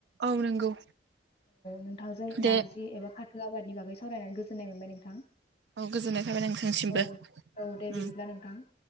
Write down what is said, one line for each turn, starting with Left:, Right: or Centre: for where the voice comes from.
Right: औ नंगौ
Left: नोंथांजों
Right: दे
Left: नारजि एबा फाथो आबादनि बागै सावरायनानै गोजोननाय मोनबाय नोंथां।
Right: औ गोजोननाय थाबाय नोंथांसिमबो
Left: औ औ दे
Right: उम
Left: बिदिब्ला नोंथां। <inaudible>